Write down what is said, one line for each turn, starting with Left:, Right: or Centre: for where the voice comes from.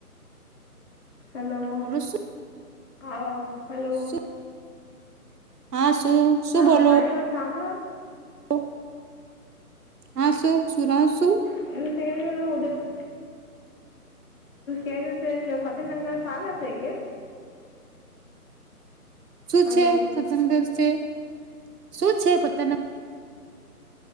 Left: હલો
Right: બોલો શું
Left: અ હલો.
Right: શું હા શું? શું
Left: હા
Right: બોલો
Left: હમારી વાત હાભળો.
Right: <inaudible> હા શું સુના શું?
Left: હમ્મ સેરી ઉદ યશ કેય રહ્યો છે કે ફતેનંગર ચાલુ હશે કે
Right: શું
Left: હલો
Right: છે ફતેનગર છે શું છે ફતેન